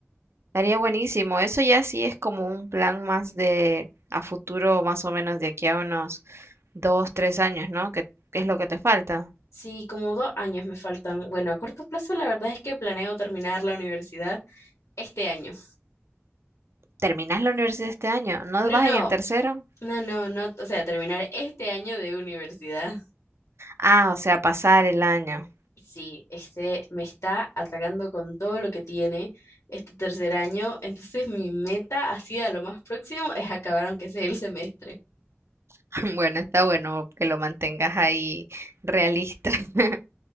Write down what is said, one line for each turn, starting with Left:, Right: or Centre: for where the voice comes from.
Right: Estaría buenísimo. Eso ya sí es como un plan más de a futuro, más o menos de aquí a unos dos, tres años, ¿no? ¿Qué, qué es lo que te falta?
Left: Sí, como dos años me faltan. Bueno, a corto plazo la verdad es que planeo terminar la universidad este año.
Right: ¿Terminas la universidad este año? ¿No
Left: No,
Right: vas
Left: no,
Right: en el tercero?
Left: no, no, no, o sea, terminar este año de universidad.
Right: Ah, o sea, pasar el año.
Left: Sí, este me está atacando con todo lo que tiene este tercer año, entonces mi meta así a lo más próximo es acabar aunque sea el semestre.
Right: <laughs> Bueno, está bueno que lo mantengas ahí realista. <laughs>